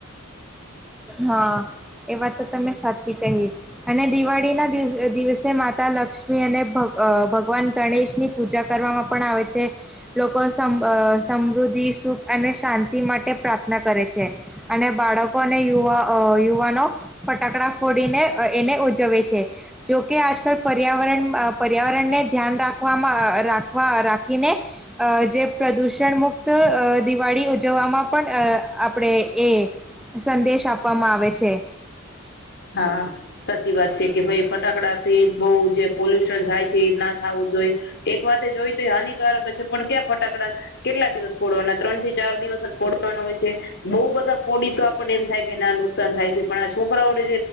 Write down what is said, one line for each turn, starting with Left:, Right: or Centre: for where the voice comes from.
Centre: હા એ વાત તો તમે સાચી કહી અને દિવાળી ના દિવ દિવસે માતા લક્ષ્મી અને ભ ભગવાન ગણેશની પૂજા કરવામાં પણ આવે છે. લોકો સમ સમૃદ્ધિ, સુખ અને શાંતિ માટે પ્રાર્થના કરે છે અને બાળકો યુવા યુવાનો ફટાકડા ફોડીને એને ઉજવે છે. જોકે આજકાલ પર્યાવરણ પર્યાવરણને ધ્યાન રાખવામાં રાખવા રાખીને જે પ્રદુષણ મુક્ત દિવાળી ઉજવવામાં પણ આપણે એ સંદેશ આપવામાં આવે છે.
Left: હા સાચી વાત છે. કે ભાઈ ફટાકડાથી બહુ જે પોલ્યુશન થાય છે. ના થવું જોઈ એક વાત જોઈ તો એ હાનિકારક જ છે પણ ક્યાં ફટાકડા કેટલા દિવસ ફોડવાના ત્રણ થી ચાર દિવસ જ ફોડવાના હોય છે, બહુ બધા ફોડી તો આપણને એમ થાય કે ના નુકસાન થાય છે પણ આ છોકરાઓડે